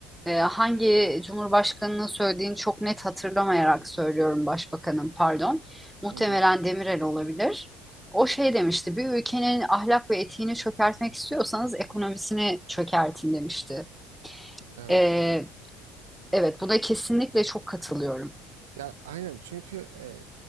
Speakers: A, in the centre; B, on the right (about 80°).
A: e, hangi cumhurbaşkanının söylediğini çok net hatırlamayarak söylüyorum başbakanım pardon. Muhtemelen
B: Hı hı.
A: Demirel olabilir. O şey demişti, bir ülkenin ahlak ve etiğini çökertmek istiyorsanız ekonomisini çökertin demişti.
B: Evet.
A: Ee, evet, bu da kesinlikle çok katılıyorum.
B: Ya aynen çünkü e,